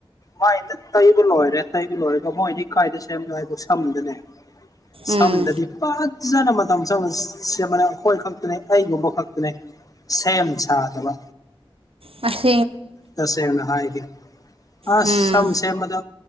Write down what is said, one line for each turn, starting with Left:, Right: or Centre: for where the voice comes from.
Left: ꯃꯥꯏꯗ ꯇꯩꯕ ꯂꯣꯏꯔꯦ ꯇꯩꯕ ꯂꯣꯏꯔꯦꯒ ꯃꯣꯏꯗꯤ ꯀꯥꯏꯗ ꯁꯦꯝꯅꯣ ꯍꯥꯏꯕ ꯁꯝꯗꯅꯦ ꯁꯝꯗꯗꯤ
Right: ꯎꯝ
Left: ꯐꯖꯅ ꯃꯇꯝ ꯁꯪꯅ ꯁꯦꯝꯃꯅ ꯑꯩꯈꯣꯏ ꯈꯛꯇꯅꯦ ꯑꯩꯒꯨꯝꯕ ꯈꯛꯇꯅꯦ ꯁꯦꯝ ꯁꯥꯗꯕ
Right: ꯑꯁ
Left: ꯇꯁꯦꯅ ꯍꯥꯏꯒ ꯑ
Right: ꯎꯝ
Left: ꯁꯝꯁꯦ ꯃꯗ